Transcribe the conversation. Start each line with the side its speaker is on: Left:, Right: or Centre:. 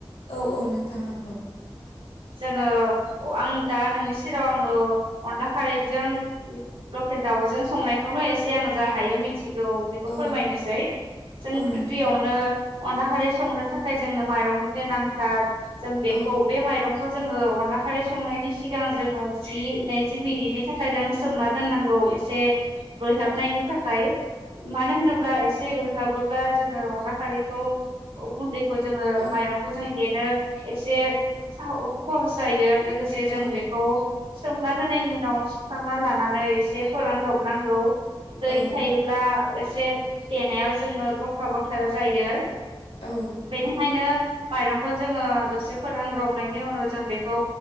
Left: औ औ नोंथां नांगौ
Right: जोंङो आं दा नोंनि सेराव आंङो अनला खारैजों लकेल दाउजों संनायखौनो' एसे आं जा हायो मि थिगौ बेखौ
Left: औ
Right: फोरमायनोसै जों
Left: औ नोंथां
Right: गिबियावनो अनला खारै संनो थाखाय जोंनो माइरंनि गोनांथार जों बेखौ
Left: औ
Right: बे माइरं खौ जोंङो अनला खारै संनायनि सिगां जोंङो जि नैजि मिनिटनि थाखाय जों सोमना दोननांगौ एसे रुइहाबनायनि थाखाय मानो होनोब्ला एसे रुइहाबोब्ला जोंङो अनला खारै थ गुन्दैखौ जोंङो
Left: औ
Right: माइरंखौ जों देनो एसे स खहस जायो लोगोसे
Left: औ
Right: जों बेखौ सोमना दोननायनि उनाव सुखांना लानानै एसे फोरानदबनांगौ दै
Left: औ
Right: थायोब्ला एसे देनायाव जोंङो गथ-गथा जायो।
Left: औ
Right: बेनिखायनो माइरंखौ जोंङो दसे फोरान्रबनायनि उनाव जों बेखौ